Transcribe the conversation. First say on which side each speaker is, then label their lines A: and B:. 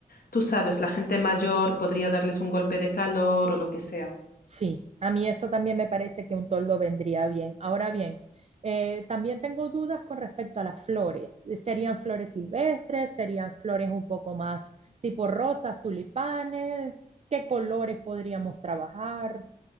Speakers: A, on the left; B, on the right.
A: tú sabes, la gente mayor podría darles un golpe de calor o lo que sea.
B: Sí, a mí eso también me parece que un toldo vendría bien. Ahora bien, eh, también tengo dudas con respecto a las flores. ¿Serían flores silvestres? ¿Serían flores un poco más tipo rosas, tulipanes? ¿Qué colores podríamos trabajar?